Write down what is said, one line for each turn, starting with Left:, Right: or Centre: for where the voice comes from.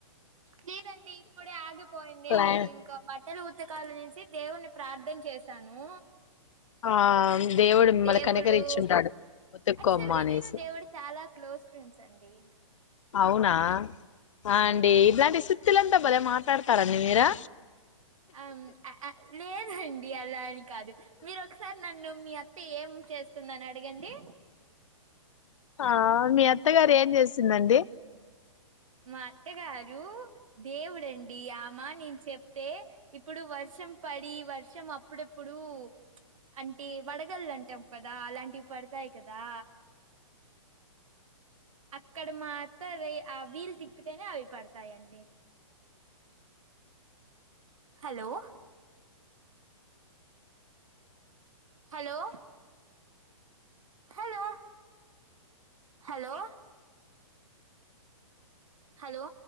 Right: లేదండి ఇప్పుడే ఆగిపోయింది
Left: క్లై
Right: నేను ఇంకా తను ఉతకాలి అనేసి దేవుణ్ణి ప్రార్థన చేశాను
Left: ఆ దేవుడు మిమ్మని
Right: దేవుడు
Left: కనుకరించి ఉంటాడు ఊతుకోమ్మ
Right: యాక్చువల్ గా
Left: అనేసి
Right: నేను దేవుడు చాలా క్లోజ్ ఫ్రెండ్స్ అండి
Left: అవునా
Right: ఆ
Left: అండ్ ఇట్లాంటి తుల్ అంతా బలే మాట్లాడతారా అండి మీరు
Right: ఆమ్ లేదండి ఎలా అని కాదు మీరు ఒకసారి నన్ను మీ అత్త ఏం చేస్తుందని అడగండి
Left: ఆ మీ అత్తగారు ఏం చేసిందండి
Right: మా అత్తగారు దేవుడండి అమ నేను చెప్తే ఇప్పుడు వర్షం పడి వర్షం అప్పుడప్పుడు అంటే వడగల్లుంటాం కదా అలాంటివి పడతాయి కదా అక్కడ మాత్రం ఆ వీలు తిప్పితేనే అవి పడతాయండి hello hello hello hello hello